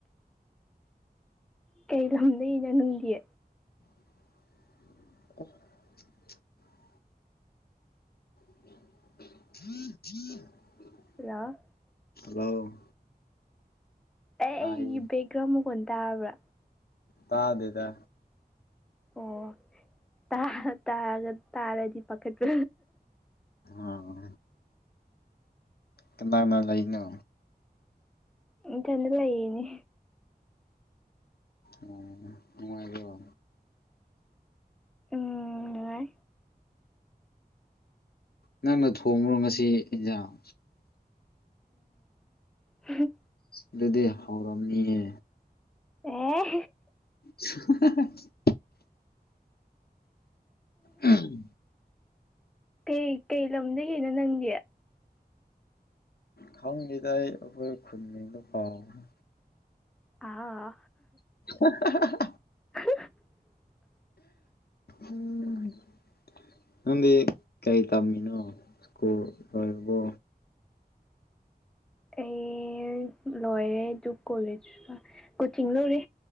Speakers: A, in the centre; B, on the left.
A: ꯀꯩ ꯂꯝꯗꯩꯅꯣ ꯅꯪꯗꯤ
B: <unintelligible> <unintelligible>
A: ꯍꯜꯂꯣ
B: ꯍꯜꯂꯣ
A: ꯑꯦ
B: ꯇꯥꯏꯌꯦ
A: ꯑꯩꯒꯤ ꯕꯦꯛꯒ꯭ꯔꯥꯎ ꯃꯈꯣꯟ ꯇꯥꯕ꯭ꯔꯥ
B: ꯇꯥꯗꯦꯗ
A: ꯑꯣ ꯇꯥꯔ ꯇꯥꯔꯗ ꯇꯥꯔꯗꯤ ꯄꯥꯈꯠꯄ
B: ꯑꯣ ꯀꯅꯥ ꯀꯅꯥ ꯂꯩꯅꯣ
A: ꯏꯊꯟꯗ ꯂꯩꯌꯤꯅꯦ
B: ꯑꯣ ꯅꯨꯡꯉꯥꯏꯕꯔꯣ
A: ꯎꯝ ꯅꯨꯡꯉꯥꯏ
B: ꯅꯪꯅ ꯊꯣꯡꯕ꯭ꯔꯣ ꯉꯁꯤ ꯏꯟꯖꯥꯡ
A: ꯎꯝ
B: ꯑꯗꯨꯗꯤ ꯍꯥꯎꯔꯝꯅꯤꯌꯦ
A: ꯑ‌ꯣ
B: <unintelligible> ꯑꯍꯝ
A: ꯀꯩ ꯀꯩ ꯂꯝꯗꯒꯤꯅꯣ ꯅꯪꯗꯤ
B: ꯈꯪꯗꯦꯗ ꯑꯩ ꯑꯩꯈꯣꯏ ꯈꯨꯟꯒꯗꯣ ꯀꯥꯎꯒꯔꯦ
A: ꯑꯥ
B: <unintelligible>
A: <unintelligible>
B: ꯎꯝ ꯅꯪꯗꯤ ꯀꯩ ꯇꯝꯃꯤꯅꯣ ꯁ꯭ꯀꯨꯜ ꯂꯣꯏꯔꯕꯣ
A: ꯑꯩ ꯂꯣꯏꯔꯦ ꯑꯗꯨ ꯀꯣꯂꯦꯖ ꯀꯣꯆꯤꯡ ꯇꯧꯔꯤ